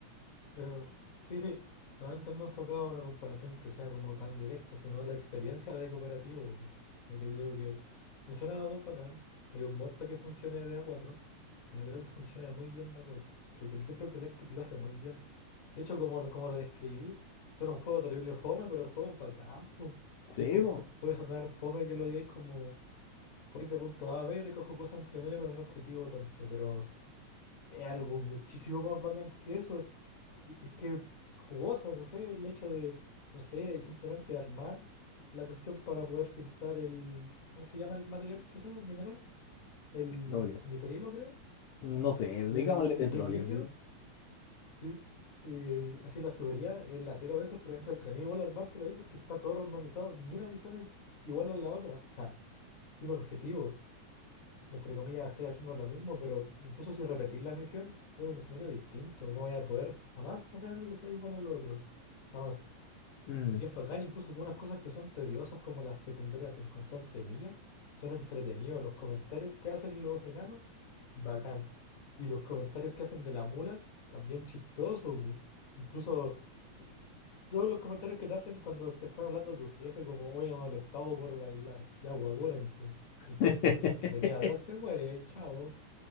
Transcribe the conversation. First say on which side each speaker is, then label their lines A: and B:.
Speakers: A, on the left (about 45°); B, on the left (about 80°).
A: Pero sí, sí, no tan, tan enfocado a una comparación que sea como tan directa, sino la experiencia de cooperativo. po. De que te digo que funciona de a dos bacán, que hay un mod para que funcione de a cuatro pero creo que funciona muy bien de a cuatro Creo que el Temple Collective lo hace muy bien. De hecho, como, lo- como lo describí, suena un juego terrible fome, pero el juego es bacán, po. Tipo,
B: Sí, pues,
A: puedes andar fome que lo digáis como voy de punto A a B y recojo cosas entre medio con un objetivo tanto, pero es algo muchísimo más bacán que eso. Es que jugoso, no sé, el hecho de, no sé, simplemente armar la cuestión para poder filtrar el, ¿cómo se llama el material que sale? El mineral, el
B: petróleo.
A: mitrilo, creo,
B: No sé,
A: La-
B: digámosle
A: la- el
B: petróleo.
A: que es líquido,
B: ¿sí?
A: sí. Eh, así las tuberías, es latero a veces, pero es entretenido igual armártelo ahí porque está todo randomizado, ni una misión es igual a la otra, o sea, mismo objetivo, entre comillas, estoy haciendo lo mismo, pero incluso si repetís la misión, es un escenario distinto, no voy a poder jamás hacer algo que sea igual al otro, jamás.
B: Mm.
A: Y es bacán, incluso algunas cosas que son tediosas, como las secundarias de encontrar semillas, son entretenidos. Los comentarios que hacen los enanos, bacán. Y los comentarios que hacen de la mula, también chistosos. bu. Incluso eh, todos los comentarios que te hacen cuando te están hablando tu jefe, como, oye, no les pago por bailar, ya, guapúrense. El
B: <laughs>
A: que se, el que se queda atrás se muere, chao.